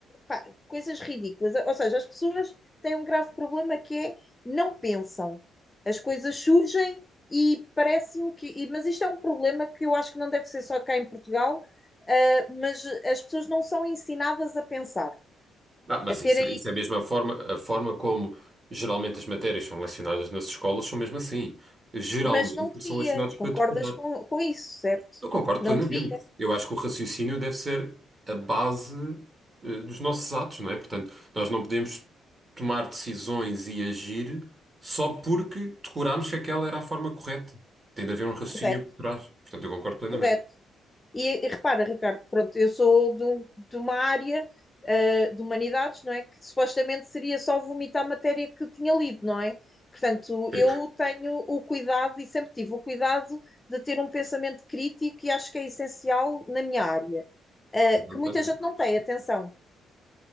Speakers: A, on the left (about 20°); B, on the right (about 25°).
A: Pá, coisas ridículas. Ou seja, as pessoas têm um grave problema que é não pensam. As coisas surgem e parece-me que. e- Mas isto é um problema que eu acho que não deve ser só cá em Portugal, ah, mas as pessoas não são ensinadas a pensar,
B: Ah, mas
A: a terem.
B: isso, é, isso é a mesma forma, a forma como geralmente as matérias são lecionadas nas escolas são mesmo assim. Geralmente
A: Mas não devia.
B: são lecionadas para
A: Concordas
B: decorar.
A: com, com isso, certo?
B: Eu concordo
A: Não
B: plenamente.
A: devia.
B: Eu acho que o raciocínio deve ser a base, eh, dos nossos atos, não é? Portanto, nós não podemos tomar decisões e agir só porque decorámos que aquela era a forma correta. Tem de haver um raciocínio
A: Correto,
B: por trás. Portanto, eu concordo plenamente.
A: correto. E, e repara, Ricardo, pronto, eu sou de, um- de uma área, ah, de humanidades, não é? Que supostamente seria só vomitar a matéria que tinha lido, não é? Portanto,
B: Sim,
A: eu tenho o cuidado e sempre tive o cuidado de ter um pensamento crítico e acho que é essencial na minha área, ah,
B: concordo
A: que muita
B: plenamente.
A: gente não tem, atenção.